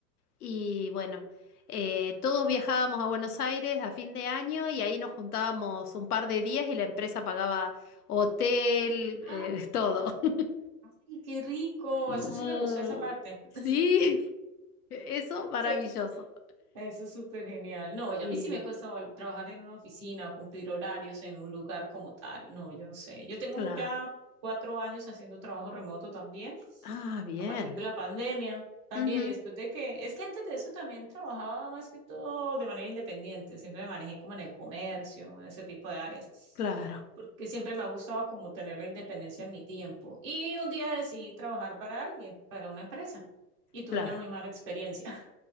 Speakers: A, on the left (about 75°); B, on the right (about 20°).
A: y bueno, eh, todos viajábamos a Buenos Aires a fin de año y ahí nos juntábamos un par de días y la empresa pagaba hotel,
B: <gasps>
A: eh,
B: ¡Ah!
A: <laughs> todo. <laughs>
B: Ay, qué rico.
A: Mu-
B: Eso sí me gustó esa parte.
A: Sí,
B: <laughs>
A: <laughs> eso maravilloso.
B: ¿Cierto? Eso es súper genial. No, yo
A: Sí,
B: a mí sí me cuesta vol- trabajar en una oficina o cumplir horarios en un lugar como tal. No, yo no sé. Yo tengo
A: claro.
B: mu- ya cuatro años haciendo trabajo remoto también,
A: Ah, bien.
B: a partir de la pandemia también.
A: Ujú,
B: Y después de que, es que antes de eso también trabajaba más que todo de manera independiente. Siempre me manejé como en el comercio, en ese tipo de áreas.
A: Claro,
B: Porque siempre me ha gustado como tener la independencia en mi tiempo. Y un día decidí trabajar para alguien, para una empresa. Y tuve
A: claro.
B: una muy mala experiencia.